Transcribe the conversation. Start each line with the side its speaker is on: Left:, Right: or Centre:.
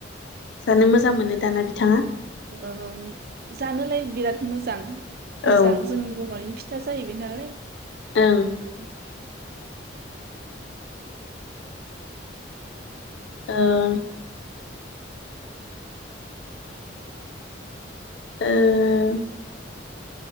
Left: जानो मोजां मोनो दाना बिथाङा।
Right: ओम जानोलाय बिराद मोजां। मोजां
Left: औ
Right: जोंनि बरनि फिथा जाहैबाय नालाय
Left: ओं
Right: उम।
Left: ओं। ओं।